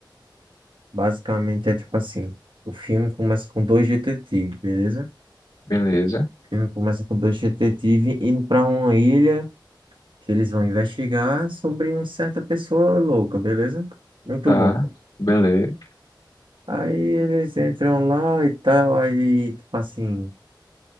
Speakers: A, on the right; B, on the left.
A: basicamente é tipo assim, o filme começa com dois detetives, beleza?
B: beleza,
A: O filme começa com dois detetives indo para uma ilha que eles vão investigar sobre uma certa pessoa louca, beleza? Muito
B: tá.
A: louca.
B: Beleza.
A: Aí eles entram lá e tal, aí, tipo assim,